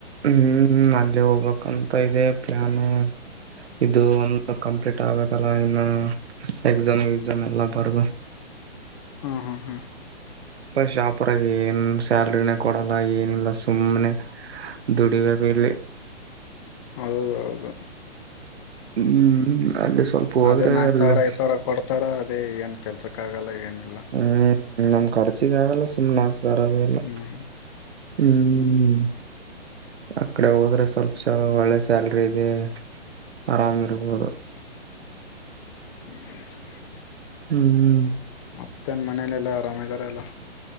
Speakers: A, on the right; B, on the left.
A: ಹ್ಮ್ ಅಲ್ಲಿ ಹೋಗ್ಬೇಕಂತ ಇದೆ ಪ್ಲಾನ್ ಇದು ಒಂದು ಕಂಪ್ಲೀಟ್ ಆಗ್ಬೇಕಲ್ಲ ಇನ್ನು ಎಕ್ಸಾಮ್ ಎಕ್ಸಾಮ್ ಎಲ್ಲಾ ಬಾರದು
B: ಹಾ ಹಾ ಹಾ
A: ಶಾಪರಾಗ ಏನ್ ಸ್ಯಾಲ್ರಿಿನ ಕೊಡಲ್ಲ ಏನಿಲ್ಲ ಸುಮ್ಮ್ನೆ ದುಡಿುವಾಗಲೆ
B: ಹೌದು ಹೌದು
A: ಹ್ಮ್ ಸ್ವಲ್ಪ ಹೋದ್ರೆ
B: ಅದೇ ನಾಕ್
A: ಅಲ್ಲಿ
B: ಸಾವಿರ ಐದ್ ಸಾವಿರ ಕೊಡ್ತಾರ ಅದೇ ಏನ್ ಕೆಲ್ಸಕ್ಕೆ ಕಾಗಾಲಯನ್ನು ಲ್ಲ
A: ಹ್ಮ್ ನಮ್ ಖರ್ಚಗಲ್ಲ ಸುಮ್ ಸರ ಅದೇಲ್ಲ
B: ಹ್ಮ್
A: ಹ್ಮ್ ಹ್ಮ ಹ್ಮ್ ಅ ಕಡೆ ಹೋದ್ರೆ ಸ್ವಲ್ಪ ಸಲ ಒಳ್ಳೆ ಸ್ಯಾಲ್ರಿ ಇದೆ ಆರಾಮಿರ್ಬೋದು
B: <inaudible>
A: ಹ್ಮ್ ಹ್ಮ್
B: ಮತ್ತೇನ್ ಮನೇಲೆಲ್ಲ ಆರಾಮ್ ಇದ್ದಾರ ಎಲ್ಲ